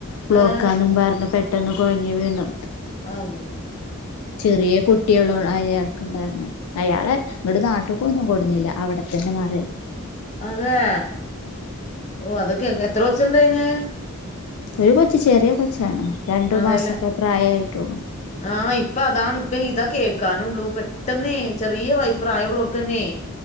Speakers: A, on the left; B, on the left.
A: ബ്ലോക്കാന്നും
B: ഏഹ്
A: പറഞ്ഞ പെട്ടെന്ന് കുഴഞ്ഞ് വീണ്
B: അയ്യോ
A: ചെറിയ കുട്ടികള അയാൾക്കുണ്ടായിരുന്നേ അയാളെ ഇങ്ങുടെ നാട്ടുക്ക ഒന്നും കൊടുന്നില്ല അവിടത്ത തന്നെ മാറ
B: അതെ ഓ അതൊക്കെ എത്ര കൊച്ചുണ്ടാന്
A: ഒരു കൊച്ച ചെറിയ കൊച്ചാണ് രണ്ടു
B: അതേല്ലേ
A: മാസമൊക്കെ പ്രായമായിട്ടുള്ളൂ
B: ആഹ് ഇപ്പ അതാാണ് ഇപ്പ ഇതാ കേൾക്കാനുള്ളൂ പെട്ടെന്നേ ചെറിയ വയസ് പ്രായമുള്ളവർക്ക് തന്നെ